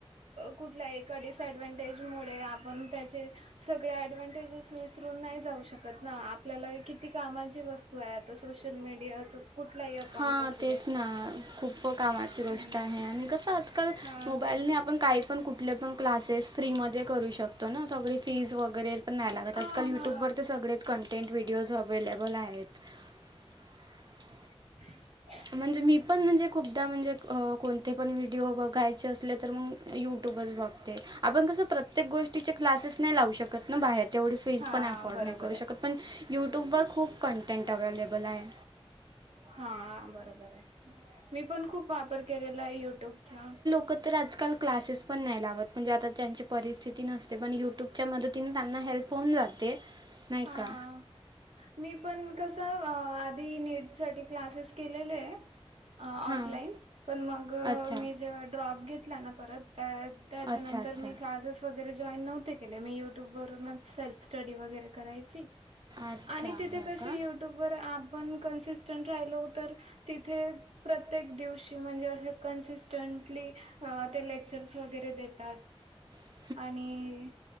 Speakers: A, on the right (about 80°); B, on the right (about 45°).
A: कुठल्या एका डिसएडव्हानटेज मुळे आपण त्याचे सगळ ऍडव्हानटेजेस विसरून नाही जाऊ शकत ना आपल्याला किती कामाची व स्तू आहे आता सोशल मीडियाच कुठलाही अकाउंट
B: हा
A: असू
B: तेच
A: दे.
B: ना खूप कामाची
A: हम्म
B: गोष्ट आहे आणि कस आजकाल
A: हा
B: मोबाईलने
A: तेच
B: आपण काही पण कुठले पण. क्लासेस फ्रीमध्ये करू शकतो ना सगळी. फीज वगैरे पण नाही लागत
A: हा
B: आजकाल युट्यूब
A: हा
B: वर तर सगळेच कंटेंट व्हिडिओज अव्लेलेबल आहेत. ह.
A: हम्.
B: म्हणजे मी पण म्हणजे खुपदा म्हणजे कोणते पण व्हिडिओ बघायचे असले तर मग. युट्यूबच बघते आपण कसं प्रत्येक गोष्टीचे क्लासेस नाही लावू शकत ना बाहेर तेवढी फीज
A: हा
B: पण अफर्ड
A: बरोबर
B: नाही करू
A: आहे.
B: शकत पण यूट्यूबवर खूप कन्टेट अवेलेबल आहे.
A: हा बरोबर आहे मी पण खूप वापर केलेला आहे युट्यूबचा
B: लोक तर आजकाल क्लासेस पण नाही लावत म्हणजे आता ज्यांची परिस्थिती नसते पण युट्यूब च्या मदतीने त्यांना हेल्प होऊन जाते नाही
A: हा.
B: का.
A: मी पण कस आधी नीट साठी क्लासेस केलेले आहे. ऑफलाइन
B: हां
A: पण मग
B: अच्छा
A: मी जेव्हा ड्रॉप घेतला ना परत त्या त्याच्यानंतर
B: अच्छा अच्छा
A: मी क्लासेस वगैरे जॉईन नव्हते केले मी युट्यूब वरूनच सेल्फ स्टडी वगैरे. करायचि
B: अच्छा
A: आणि तिथे
B: हो
A: कसे
B: का
A: युट्यूबवर आपण कन्सिस्टन राहिलो तर. तिथे प्रत्येक दिवशी म्हणजे असे कन्सिस्टंटली ते लेक्चर्स वगैरे देतात.
B: हं.
A: आणि